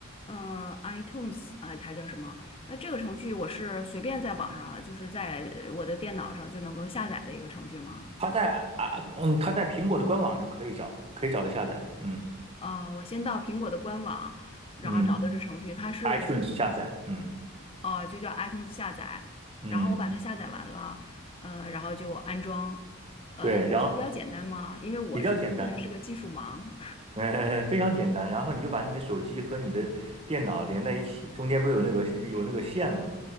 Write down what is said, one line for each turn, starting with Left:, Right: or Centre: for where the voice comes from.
Left: 嗯，iTunes 啊，还叫什么？那这个程序我是随便在网上啊，就是在呃我的电脑上就能够下载的一个程序吗？
Right: 它在啊，啊嗯，它在苹果的官网就可以找，可以找到下载。嗯
Left: 啊，我先到苹果的官网，然后找到这程序，
Right: 嗯
Left: 它是
Right: ，iTunes 下载。嗯
Left: 呃就叫 iTunes 下载，
Right: 嗯，
Left: 然后我把它下载完了，呃，然后就安装，呃，
Right: 对，
Left: 应该是比较简单吗？
Right: 然后
Left: 因为我是确实是个技术盲。
Right: 比较简单。呃，非常简单。然后你就把你的手机和你的电脑连在一起，中间不是有那个有那个线吗？